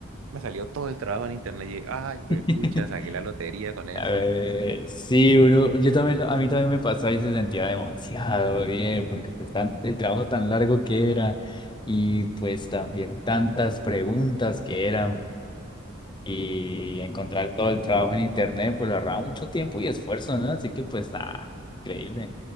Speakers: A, on the right; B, on the left.
A: me salió todo el trabajo en internet y, ay, pues
B: <laughs>
A: pucha, saqué la lotería con eso.
B: A ver, sí, bro, yo también, lo- a mí también me pasaba y se sentía demasiado bien, porque pues tan- el trabajo tan largo que era y pues también tantas preguntas que eran y encontrar todo el trabajo en internet, pues lo agarraba mucho tiempo y esfuerzo, ¿no? Así que pues nada, increíble.